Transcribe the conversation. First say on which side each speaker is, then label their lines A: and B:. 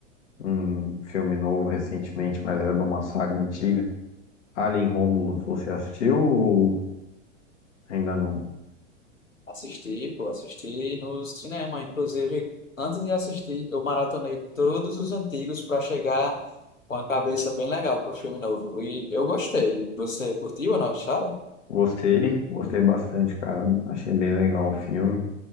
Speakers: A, on the left (about 65°); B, on the left (about 85°).
A: um filme novo recentemente, mas é de uma saga antiga. Alien Romulus, você assistiu ou ainda não?
B: Assisti, pô, assisti no cinema. Inclusive, antes de assistir, eu maratonei todos os antigos para chegar com a cabeça bem legal pro filme novo. E eu gostei. Você curtiu a nova história?
A: Gostei, gostei bastante, cara. Achei bem legal o filme.